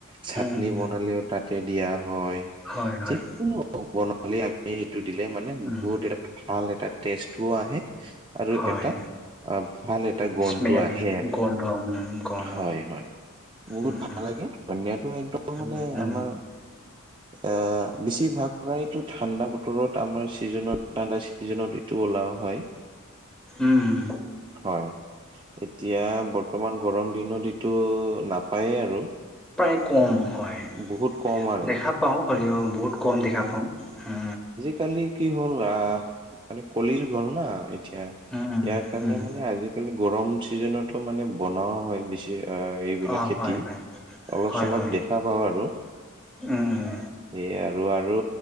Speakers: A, on the right (about 20°); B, in the centre.
A: চাটনি
B: উম
A: বনালেও তাতে দিয়া হয়।
B: হয় হয়
A: যিকোনো <unintelligible> বনালে আমি সেইটো দিলে মানে
B: উম
A: বহুত এটা ভাল এটা টেষ্টো আহে। আৰু
B: হয়।
A: এটা অ', ভাল এটা গন্টো
B: স্মেল
A: আহে আৰু
B: গন্ধ উম গণ
A: হয়, হয়। বহুত
B: উম
A: ভাল
B: উম
A: লাগে ধনিয়াটো একদম
B: উম
A: মানে
B: উম
A: আমাৰ। অ', বেছিভাগ প্ৰায়তো ঠাণ্ডা বতৰত আমাৰ ছিজনত ঠাণ্ডা চিজনত এইটো ওলাৱা হয়।
B: উম, উম।
A: হয়, এতিয়া বৰ্তমান গৰম দিনত এইটো নাপায়ে আৰু।
B: প্ৰায় কম হয়।
A: বহুত কম আৰু।
B: দেখা পাওঁ হ'লেও বহুত কম দেখা পাওঁ আ,
A: কালি কি হ'ল আ, মানে কলিযুগ হল না এতিয়া,
B: উম
A: ইয়াৰ কাৰণে
B: উম
A: মানে আজিকালি গৰম চিজনতো মানে বনোৱাও হয় বেছি আ এইবিলাক
B: অ
A: খেতি,
B: হয় হয়
A: অলপ
B: হয়
A: চলপ
B: হয়
A: দেখা পাওঁ আৰু।
B: উম, উম,
A: এই আৰু আৰু